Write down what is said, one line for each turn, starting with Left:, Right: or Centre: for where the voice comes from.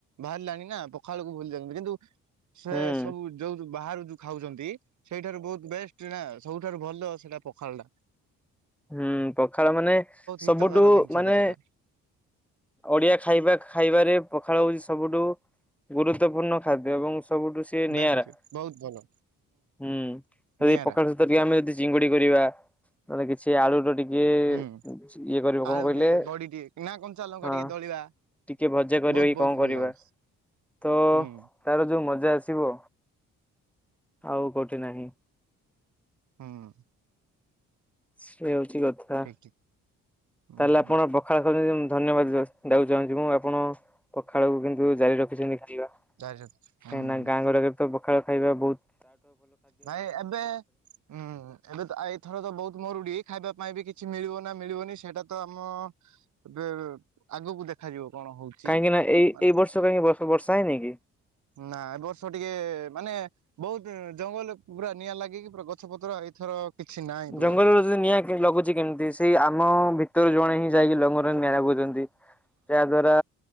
Right: ବାହାରିଲାଣି ନା ପଖାଳ କୁ ଭୁଲିି ଯାଉଛନ୍ତି। କିନ୍ତୁ ସେ
Centre: ହୁଁ
Right: ସବୁ ଯୋଉ ବାହାରୁ ଯୋଉ ଖାଉଛନ୍ତି, ସେଇଠାରୁ ବହୁତ ବେଷ୍ଟ ନା ସବୁଠାରୁ ଭଲ ସେଇଟା ପଖାଳଟା।
Centre: ହୁଁ ପଖାଳ ମାନେ ସବୁଠୁ
Right: ହିତକାର ଜିନିଷ
Centre: ମାନେ
Right: ଟା ସେଇଟା।
Centre: ଓଡିଆ ଖାଇବା ଖାଇବାରେ ପଖାଳ ହଉଛି ସବୁଠୁ ଗୁରୁତ୍ୱପୂର୍ଣ୍ଣ ଖାଦ୍ୟ ଏବଂ ସବୁଠୁ ସେ
Right: ବେଷ୍ଟ
Centre: ନିଆରା।
Right: ବହୁତ ଭଲ
Centre: ହୁଁ ଯଦି
Right: ନିଆରା
Centre: ପଖାଳ ସହିତ ଟିକେ ଆମେ ଯଦି ଚିଙ୍ଗୁଡି କରିବା, ନହେଲେ କିଛି ଆଳୁର ଟିକେ ଇଏ
Right: ହୁଁ
Centre: ଇଏ କରିବେ
Right: ଆଳୁ
Centre: କଣ କହିଲେ
Right: ଟିକେ ବଡି ଟିକେ ନା କଞ୍ଚା ଲଙ୍କା
Centre: ହଁ।
Right: ଟିକେ ଦଳିବା
Centre: ଟିକେ ଭଜା କରିବା
Right: ବହୁତ
Centre: କି
Right: ବହୁତ
Centre: କଣ
Right: ଭଲ
Centre: କରିବା,
Right: ଲାଗୁଛି
Centre: ତ
Right: ହୁଁ
Centre: ତାର ଯୋଉ ମଜା ଅଛି ଥିବ ଆଉ କୋଉଠି ନାହିଁ?
Right: ହୁଁ।
Centre: ସେଇଆ ହଉଛି କଥା,
Right: ଠିକ ଠିକ ହୁଁ
Centre: ତାହେଲେ ଆପଣ
Right: ହୁଁ
Centre: ପଖାଳ ଖାଉଛନ୍ ଧନ୍ୟବାଦ <unintelligible> ଆପଣ ପଖାଳକୁ କିନ୍ତୁ ଜାରି ରଖିଛନ୍ତି। କାହିଁକି
Right: ହୁଁ
Centre: ନା ଗାଁ ଗୁଡ଼ାରେ ତ ପଖାଳ ଖାଇବା ବହୁତ୍
Right: ନାଇଁ ଏବେ ଉଁ ଏବେ ତ ଏଇଥର ତ ବହୁତ ମରୁଡି ଖାଇବା ପାଇଁ ବି କିଛି ମିଳିବ ନା ମିଳିବନି ସେଇଟା ତ ଆମ ବେ ଆଗକୁ ଦେଖାଯିବ। କଣ ହଉଛି
Centre: କାହିଁକି ନା ଏଇ
Right: ମାନେ
Centre: ଏଇ ବର୍ଷ କାହିଁକି ବର୍ଷ ବର୍ଷା ହେଇନି କି?
Right: ନା ଏବର୍ଷ ଟିକେ ମାନେ ବହୁତ ଜଙ୍ଗଲ ପୁରା ନିଆଁ ଲାଗିକି ପୁରା ଗଛ ପତ୍ର ଏଇଥର କିଛି ନାହିଁ ପୁରା
Centre: ଜଙ୍ଗଲରେ ଯଦି ନିଆଁ କେମିତି ଲାଗୁଛି କେମିତି ସେଇ ଆମ ଭିତରୁ ଜଣେ ହିଁ ଯାଇକି ଜଙ୍ଗଲରେ ନିଆଁ ଲଗଉଚନ୍ତି । ଯା ଦ୍ଵାରା